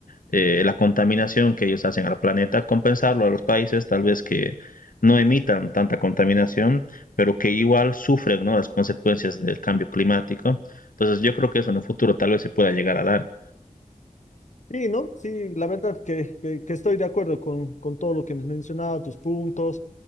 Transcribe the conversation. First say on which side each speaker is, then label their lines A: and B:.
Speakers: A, on the left; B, on the left.
A: eh, la contaminación que ellos hacen al planeta, compensarlo a los países tal vez que no emitan tanta contaminación, pero que igual sufren ¿no? las consecuencias del cambio climático. Entonces yo creo que eso en el futuro tal vez se pueda llegar a dar.
B: Sí, ¿no? Sí, la verdad que, que- que estoy de acuerdo con, con todo lo que me has mencionado, tus puntos.